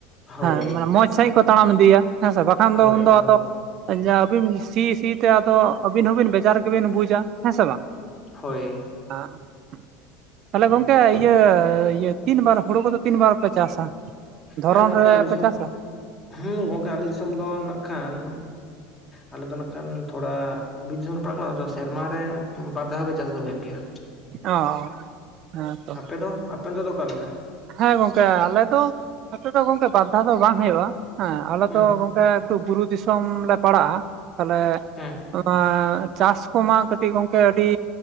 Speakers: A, on the left (about 20°); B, on the right (about 50°).
A: ᱦᱳᱭ
B: ᱦᱮᱸ ᱢᱟᱱᱮ ᱢᱚᱸᱡᱽ ᱥᱟᱺᱦᱤᱡ ᱠᱚ ᱛᱟᱲᱟᱢ ᱤᱫᱤᱭᱟ ᱦᱮᱸ ᱥᱮ ᱵᱟᱠᱷᱟᱱ
A: ᱦᱳᱭ
B: ᱫᱚ ᱩᱱᱫᱚ
A: ᱦᱳᱭ ᱦᱳᱭ
B: ᱟᱫᱚ ᱡᱟᱵᱤᱱ ᱥᱤ ᱥᱤ ᱛᱮ ᱟᱫᱚ ᱟᱹᱵᱤᱱ ᱦᱚᱸᱵᱤᱱ ᱵᱮᱡᱟᱨ ᱜᱮᱵᱤᱱ ᱵᱩᱡᱟ ᱦᱮᱸ ᱥᱮ ᱵᱟᱝ?
A: ᱦᱳᱭ
B: <unintelligible> ᱛᱟᱦᱚᱞᱮ
A: ᱟᱹᱰᱤ
B: ᱜᱚᱝᱠᱮ
A: ᱱᱟᱯᱟᱭ
B: ᱤᱭᱟᱹ ᱤᱭᱟᱹ ᱛᱤᱱ ᱵᱟᱨ ᱦᱩᱲᱩ ᱠᱚᱫᱚ ᱛᱤᱱ ᱵᱟᱨ ᱯᱮ ᱪᱟᱥᱟ? ᱫᱷᱚᱨᱚᱱ
A: ᱦᱮᱸ ᱜᱚᱝᱠᱮ
B: ᱨᱮ
A: ᱟᱞᱮ
B: ᱯᱮ
A: ᱥᱮᱱ
B: ᱪᱟᱥᱟ?
A: ᱦᱩᱸ ᱜᱚᱝᱠᱮ ᱟᱞᱮ ᱫᱤᱥᱚᱢ ᱫᱚ ᱱᱟᱹᱜ ᱠᱷᱟᱱ ᱟᱞᱮ ᱫᱚ ᱱᱟᱹᱜ ᱠᱷᱟᱱ ᱛᱷᱚᱲᱟ ᱵᱤᱨ ᱫᱤᱥᱚᱢ ᱞᱮ ᱯᱟᱲᱟᱜ ᱠᱟᱱᱟ ᱛᱚ ᱥᱮᱨᱢᱟᱨᱮ ᱵᱟᱨ ᱫᱷᱟᱣ ᱜᱮ ᱪᱟᱥ ᱫᱚ ᱦᱩᱭᱩᱜ ᱜᱮᱭᱟ᱾
B: ᱚ, ᱦᱮᱸ ᱛᱚ
A: ᱟᱯᱮᱫᱚ ᱟᱯᱮ ᱚᱱᱛᱮ ᱚᱠᱟ ᱞᱮᱠᱟ?
B: ᱦᱮᱸ ᱜᱚᱝᱠᱮ ᱟᱞᱮ ᱫᱚ ᱱᱚᱛᱮ ᱫᱚ ᱜᱚᱝᱠᱮ ᱵᱟᱨ ᱫᱷᱟᱣ ᱫᱚ ᱵᱟᱝ ᱦᱩᱭᱩᱜ-ᱟ, ᱦᱮᱸ ᱟᱞᱮ
A: ᱦᱩᱸ
B: ᱫᱚ ᱜᱚᱝᱠᱮ ᱴᱩ ᱵᱩᱨᱩ ᱫᱤᱥᱚᱢ ᱞᱮ ᱯᱟᱲᱟᱜ-ᱟ, ᱛᱟᱦᱚᱞᱮ
A: ᱦᱮᱸ,
B: ᱚᱱᱟ ᱪᱟᱥ ᱠᱚᱢᱟ ᱠᱟᱹᱴᱤᱡ ᱜᱚᱝᱠᱮ ᱟᱹᱰᱤ